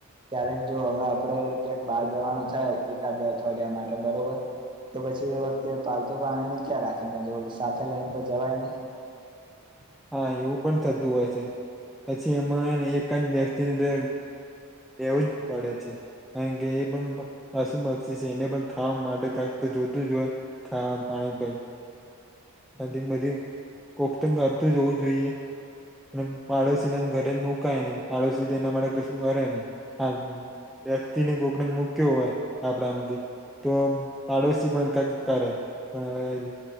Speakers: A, on the right; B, in the centre.
A: ક્યારેક જો હવે આપડે ક્યાંક બહાર જવાનું થાય એકાદ અઠવાડિયા માટે બરોબર તો પછી એ વખતે પાલતુ પ્રાણી ને ક્યાં રાખીને જોવ સાથે લઈને તો જવાય નહી <unintelligible>
B: હા એવું પણ થતું હોય છે પછી એમાં એક જ વ્યક્તિનીંદર એવું જ પડે છે કારણ કે એ પણ પશુ પક્ષી છે એને પણ ખાવા માટે કક <inaudible> જોતું જ હોય ખાવા પાણી ભાઈ <inaudible> નદી બધી કોકતંગ કરતું જ હોવું જોઈએ અને પાડોશીને ઘરે મુકાય નહી પાડોશી એના માટે કશું કરે નઈ હા વ્યક્તિને ગોકને મૂક્યો હોય આપણા આમથી તો પાડોશી પણ ક કરે પણ હવે